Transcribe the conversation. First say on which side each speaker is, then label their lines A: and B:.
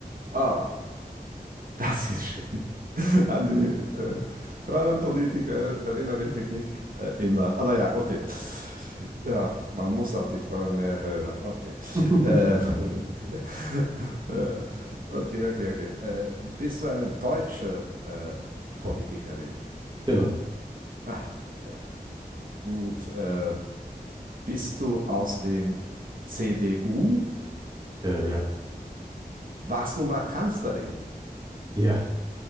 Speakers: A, on the right (about 60°); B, on the right (about 25°).
A: Ah, Das ist schlimm. <laughs> An die äh, Frauenpolitiker erinnere ich mich nicht äh, immer. Aber ja, okay. Ja, man muss auf die Frauen mehr hören. Okay.
B: <laughs>
A: Ähm, <laughs> äh, okay, okay, okay. Äh, bist du eine deutsche äh, Politikerin?
B: Genau.
A: Ah, ja, gut. Äh, bist du aus dem CDU?
B: Ja, ja.
A: Warst du mal Kanzlerin?
B: Ja.